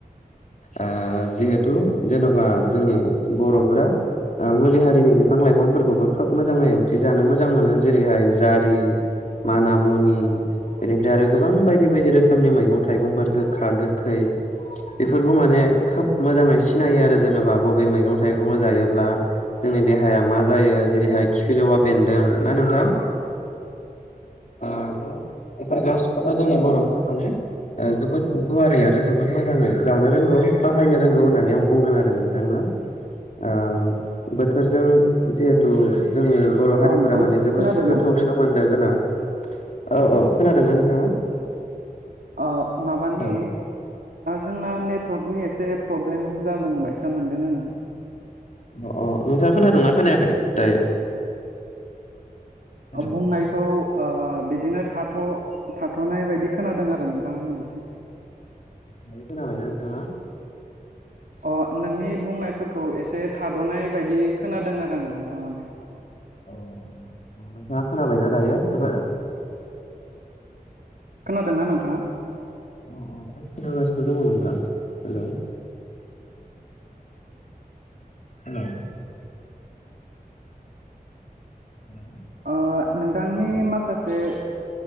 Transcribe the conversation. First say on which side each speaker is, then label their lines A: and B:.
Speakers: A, on the left (about 50°); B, on the right (about 70°).
A: ओ जिहेथु जेन'बा जोंनि बर'फोरा ओ मुलि हारिनि बिफां लाइफांफोरखौबो खोब मोजां ङै ओंख्रि जानो मोजां मोनो जेरैहाय जारि माना मुनि बेनिफ्राय आरो गोबां बायदि बायदि रोखोमनि मैगं थाइगंफोर गोखा गोखै बेफोरखौ माने खोब मोजाङै सिनायो आरो जेनेबा बबे मैगं थाइगंखौ जायोब्ला जोंनि देहाया मा जायो जेरैहाय खिफिलौवा बेन्दों ना नोंथां? ओ बेफोर गासिखौबो जोंनि बर'फ्रा मानो ओ जोबोद गुवारै आरो जोबोद मोजाङै जानो रोंगौ बाहायनो रोंगौ होननानै आं बुंगोन आरो नोंथांना? आ बोथोरजों जिहेथु जोंनि बर' हारिफोरा
B: औ नोंथां
A: माने जोबोद
B: खोनादों
A: गोथौ
B: ना
A: सोमोन्दो गोनां। औ औ खोनादोंना नोंथाङा?
B: ओ माबानि
A: हेलौ
B: जोंना नेटवर्कनि एसे प्रब्लेम जागोन बायसा मोनदों आङो।
A: अ अ नोंथाङा खोनादोंना खोनायाखै दायो? हेलौ
B: बुंनायखौ ओ बिदिनो थार थाथ' थाथ'नाय बायदि खोनादों आरो नोंथां आं एसे।
A: दायो खोनाबायना नोंथाङा?
B: अ नोंनि बुंनायफोरखौ एसे थाद'नाय बायदि खोनादों आरो आं नोंथां माने।
A: औ नोंथाङा खोनाबायना दायो एबारो
B: खोनादोंना नोंथाङा?
A: अ अ आं खोनागासिनो दङ नोंथां हेल'। हेल'। ह
B: ओ नोंथांनि माखासे